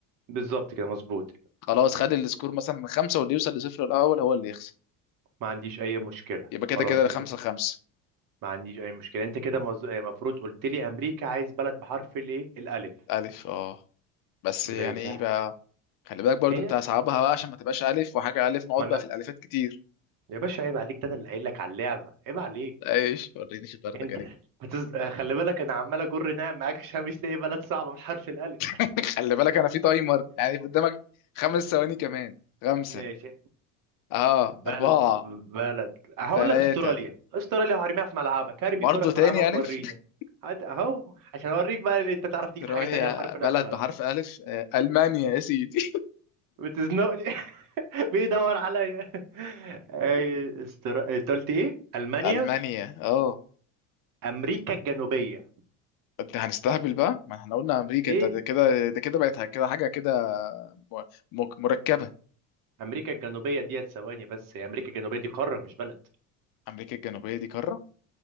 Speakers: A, on the right (about 55°); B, on the left (about 55°).
A: بالظبط كده مظبوط
B: خلاص خد السكور مثلا من خمسه واللي يوصل لصفر الاول هو اللي يخسر
A: ما عنديش اي مشكله
B: يبقى كده
A: خلاص
B: كده
A: انت
B: خمسه خمسه
A: ما عنديش اي مشكله انت كده مز- المفروض قلت لي امريكا عايز بلد بحرف الايه الالف
B: الف اه بس يعني
A: ماشي
B: ايه
A: ها
B: بقى خلي بالك برضو
A: هي
B: انت هصعبها بقى عشان ما تبقاش الف وحاجه الف نقعد
A: ما انا
B: بقى في الالفات كتير
A: يا باشا عيب عليك ده انا اللي قايل لك على اللعبه عيب عليك
B: ايش وريني شطارتك
A: انت
B: يعني
A: هتز... خلي بالك انا عمال اجر نعم معاك عشان مش لاقي بلد صعبه بحرف الالف
B: <laughs> خلي بالك انا في تايمر يعني قدامك خمس
A: <laughs>
B: ثواني كمان خمسه
A: ماشي
B: اه
A: بل
B: اربعه
A: بلد هقول
B: ثلاثة
A: لك استراليا استراليا هرميها في ملعبك هرمي
B: برضه
A: الكرة في
B: تاني
A: ملعبك
B: ألف
A: وريني
B: <laughs>
A: هات اهو عشان اوريك بقى إن انت تعرف تجيب
B: إيطاليا
A: حاجة تانية وحرف
B: بلد
A: الف ولا
B: بحرف
A: لا
B: ألف آه، ألمانيا يا سيدي <laughs>
A: بتزنقني <laughs> بيدور عليا أي استر... إيه، أنت قلت ايه المانيا
B: ألمانيا اه
A: امريكا الجنوبية
B: انت هنستهبل بقى ما احنا قلنا أمريكا
A: ليه
B: انت ده كده ده كده بقت كده حاجة كده م- مك- مركبة
A: امريكا الجنوبية ديت ثواني بس هي امريكا الجنوبية دي قارة مش بلد
B: أمريكا الجنوبية دي قارة